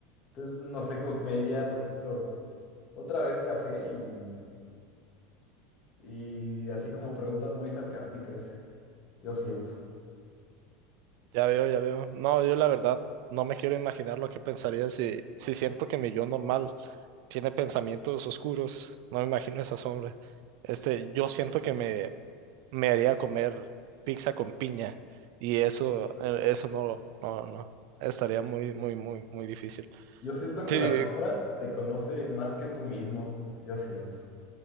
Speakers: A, on the left; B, on the right.
A: Entonces, no sé, como que me diría, por ejemplo, otra vez café y, y así como preguntas muy sarcásticas, yo siento.
B: Ya veo, ya veo. No, yo la verdad no me quiero imaginar lo que pensaría si, si siento que mi yo normal tiene pensamientos oscuros, no me imagino esa sombra. Este, yo siento que me, me haría comer pizza con piña y eso, eh, eso no, no, no, estaría muy, muy, muy, muy difícil.
A: Yo siento que
B: Sí,
A: la sombra te conoce más que tú mismo, yo siento.